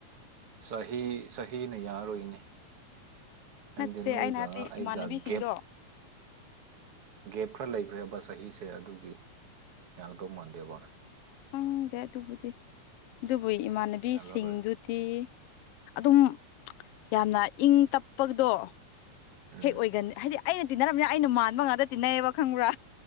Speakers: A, on the right; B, on the left.
A: ꯁ ꯁꯅ ꯌꯥꯔꯣꯏꯅꯤ ꯑꯗꯦ
B: ꯅꯠꯇꯦ
A: ꯅꯣꯣꯏꯒ
B: ꯑꯩꯅ ꯍꯥꯏꯕꯗꯤ
A: ꯑꯩꯒ
B: ꯏꯃꯥꯟꯅꯕꯤꯁꯤꯡꯗꯣ
A: ꯦꯞ ꯒꯦꯞ ꯈꯔ ꯂꯩꯈ꯭ꯔꯦꯕ ꯆꯍꯤꯁꯦ ꯑꯗꯨꯒꯤ ꯌꯥꯡꯗꯧ ꯃꯥꯟꯗꯦꯕ
B: ꯈꯪꯗꯦ ꯑꯗꯨꯕꯨꯗꯤ ꯑꯗꯨꯕꯨ ꯏꯃꯥꯟꯅꯕꯤꯁꯤꯡꯗꯨ
A: ꯌꯥꯔꯔꯣꯏ
B: ꯗꯤ ꯑꯗꯨꯝ ꯌꯥꯝꯅ ꯏꯪ ꯇꯞꯄꯗꯣ
A: ꯎꯝ
B: ꯍꯦꯛ ꯑꯣꯏꯒꯅꯤ ꯍꯥꯏꯗꯤ ꯑꯩꯅ ꯇꯤꯟꯅꯔꯕꯅꯤꯅ ꯑꯩꯅ ꯃꯥꯟꯕ ꯉꯥꯛꯇ ꯇꯤꯟꯅꯩꯕ ꯈꯪꯕ꯭ꯔꯥ